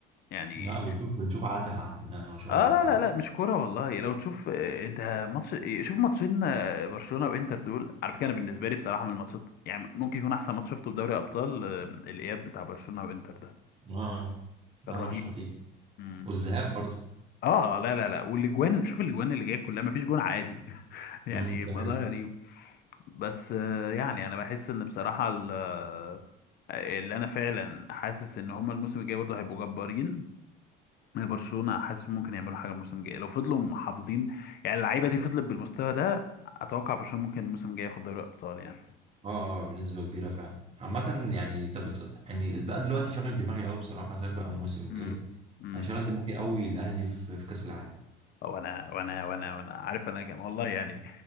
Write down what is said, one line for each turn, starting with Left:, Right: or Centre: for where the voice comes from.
Left: يعني
Right: لا بنشوف بنشوف عتها عندنا ما شاء
Left: اه
Right: الله
Left: لا لا
Right: يعني
Left: لا مش كوره والله لو تشوف آه، انت ماتش إيه، شوف ماتشين آه، برشلونه وانتر دول على فكره انا بالنسبه لي بصراحه من الماتشات يعني ممكن يكون احسن ماتش شفته في دوري ابطال آه، الاياب بتاع برشلونه وانتر ده
Right: اه
Left: كان
Right: ده
Left: رهيب
Right: ماتش خطير
Left: مم.
Right: والذهاب برضه
Left: اه لا لا لا والاجوان شوف الاجوان اللي جايه كلها ما فيش جون عادي <laughs> يعني
Right: مم. ده
Left: ده
Right: حقيقي
Left: غريب بس آه، يعني انا بحس ان بصراحه ال- آه، اللي انا فعلا حاسس ان هما الموسم الجاي برضه هيبقوا جبارين من برشلونة حاسس ممكن يعملوا حاجة الموسم الجاي لو فضلوا محافظين يعني اللعيبة دي فضلت بالمستوى ده أتوقع برشلونة ممكن الموسم الجاي ياخد دوري أبطال يعني
Right: اه اه بنسبة كبيرة فعلا عامة يعني طب بت- يعني البقى دلوقتي شاغل دماغي قوي بصراحة سيبك بقى من الموسم الجاي
Left: امم امم
Right: انا شاغل دماغي قوي الاهلي في في كأس العالم
Left: وأنا وأنا وأنا وأنا عارف أنا كان والله يعني